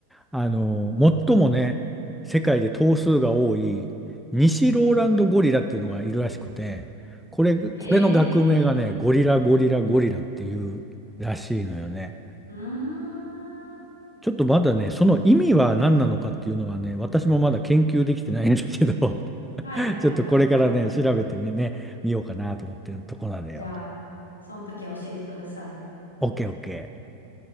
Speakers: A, in the centre; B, on the left (about 75°).
A: あの、最もね、世界で頭数が多い、西ローランドゴリラっていうのがいるらしくて、これ、これの学名がね、
B: へえ、
A: ゴリラゴリラゴリラっていうらしいのよね。
B: うーん。
A: ちょっとまだね、その意味は何なのかっていうのはね、私もまだ研究できてないんだけど、
B: はいはいはいはい。
A: <laughs> ちょっとこれからね、調べてね、見ようかなと思ってるとこなんだよ。
B: じゃあ、その時は教えてください。
A: オッケーオッケ